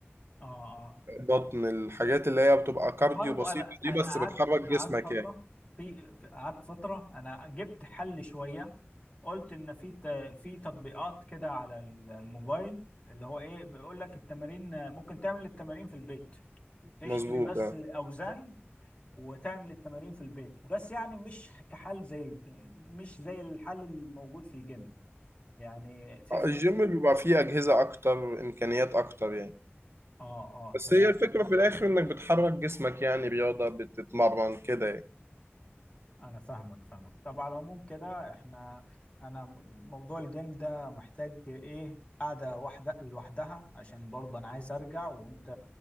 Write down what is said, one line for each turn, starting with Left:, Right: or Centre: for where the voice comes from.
Left: اه
Right: بطن الحاجات اللي هي بتبقى كارديو
Left: برضو
Right: بسيطه
Left: انا
Right: دي
Left: انا
Right: بس
Left: قعدت
Right: بتحرك جسمك
Left: قعدت فتره
Right: يعني
Left: في في- قعدت فتره انا جبت حل شويه قلت ان في ت- في تطبيقات كده على الموبايل اللي هو ايه بيقول لك التمارين ممكن تعمل التمارين في البيت تشتري
Right: مظبوط
Left: بس
Right: آه.
Left: اوزان وتعمل التمارين في البيت بس يعني مش كحل زي ال- مش زي الحل الموجود في الجيم يعني في فرق
Right: الجيم بيبقى فيه اجهزه اكتر امكانيات اكتر يعني
Left: اه اه
Right: بس
Left: تمام
Right: هي الفكره في الاخر انك بتحرك جسمك يعني رياضه بتتمرن كده يعني
Left: انا فاهمك فاهمك طب على العموم كده احنا انا موضوع الجيم ده محتاج ايه قاعده واحده لوحدها عشان برضه انا عايز ارجع وانت